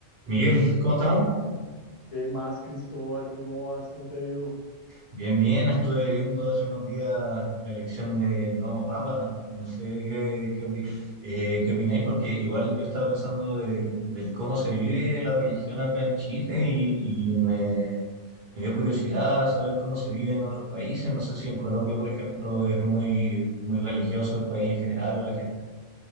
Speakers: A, on the right; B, on the left.
A: Miguel, ¿cómo estamos?
B: ¿Qué más, Cristóbal? ¿Cómo vas? ¿Cómo te ha ido?
A: Bien, bien, estuve viendo hace unos días la elección del nuevo Papa, no sé qué, qué, opi- eh, qué opináis, porque igual yo estaba pensando de, del cómo se vive la religión acá en Chile y, y me, me dio curiosidad saber cómo se vive en otros países, no sé si en Colombia, por ejemplo, es muy, muy religioso el país en general o la gente.